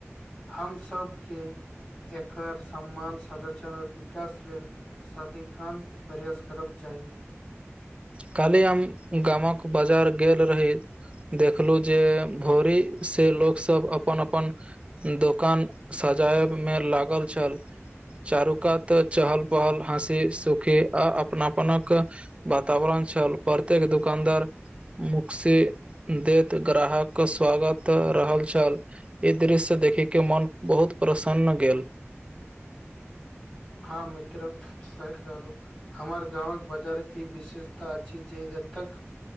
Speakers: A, on the left; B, on the right.
A: हम सभके एकर सम्मान संरक्षण और विकास लेल सदिखन प्रयास करब चाही चाही
B: काल्हि हम गामक बाजार गेल रही देखलू जे भोरी से लोक सब अपन अपन दोकान सजायब मे लागल छल चारू कात चहल पहल हँसी सुखी आ अपनापनक बात वातावरण छल प्रत्येक दुकानदार मुकसि दैत ग्राहकक स्वागत रहल छल ई दृश्य देखैके मोन बहुत प्रसन्न गेल
A: हँ मित्र सही कहलौ हमर गाँवक बाजार ई विशेषता अछि जे एतेक